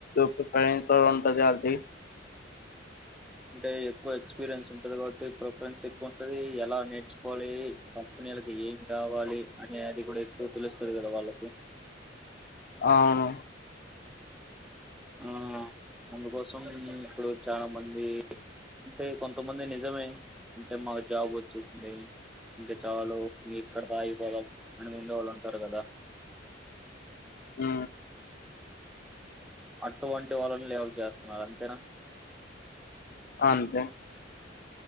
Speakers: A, on the left; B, in the centre.
A: ప్రిఫరెన్ కూడా ఉంటది వాళ్ళది
B: అంటే ఎక్కువ ఎక్స్పీరియన్స్ ఉంటది కాబట్టి ప్రిఫరెన్స్ ఎక్కువుంటది, ఎలా నేర్చుకోవాలి కంపెనీ వీళ్లకి ఏం కావాలి అనే అది కూడా ఎక్కువ తెలుస్తది కదా వాళ్ళకి
A: అవును
B: హ్మ్మ్ అందుకోసం ఇప్పుడు చాలా మంది అంటే కొంతమంది నిజమే అంటే మాకు జాబ్ వచ్చేసింది. ఇక చాలు ఇక్కడతో ఆగిపోవాలి అని ఉండే వాళ్ళుంటారు గదా
A: ఆ
B: అటువంటి వాళ్ళని లేవ చేస్తున్నారంతేనా!
A: అంతే